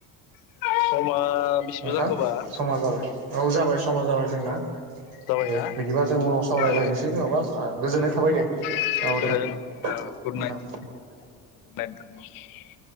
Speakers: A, on the left (about 70°); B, on the right (about 85°).
A: <unintelligible> समा बेसेबां
B: नोंथां
A: जाखोबा
B: समा जाबाय। औ जाबाय समा जाबाय समा जोंना।
A: जाबायना
B: दे बिदिबा जों उनाव सावरायलायनोसै
A: औ
B: नङाबा गोजोननाय थाबाय दे
A: <unintelligible>
B: औ दे
A: गोजोन्नाय थाबाय
B: नोंथां
A: ओ गुथ नाइत